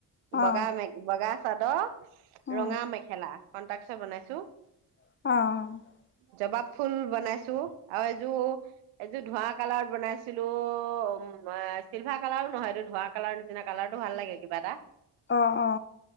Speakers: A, on the left; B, on the right.
A: অ
B: বগা ম বগা। চাদৰ
A: অ
B: ৰঙা মেখেলা বনাইছো <unintelligible>
A: অঁ।
B: জবাব ফুল বনাইছো, আৰু এইযোৰ এইযোৰ ধোঁৱ কালাৰত বনাইছিলো। অ, চিল্ভাৰ কালাৰো নহয়। এইটো ধোঁৱা কালাৰ নিচিনা কালাৰটো ভাল লাগে কিবা এটা।
A: আহ অ।